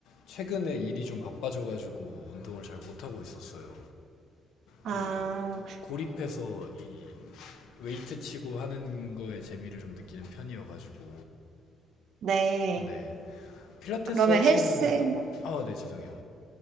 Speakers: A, on the left (about 85°); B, on the right (about 70°).
A: 최근에 일이 좀 바빠져가지고 운동을 잘 못하고 있었어요.
B: 아,
A: 그, 고립해서 이 웨이트 치고 하는 거에 재미를 좀 느끼는 편이어가지고.
B: 네.
A: 네. 필라테스
B: 그러면
A: 하시면은,
B: 헬스,
A: 아, 네, 죄송해요.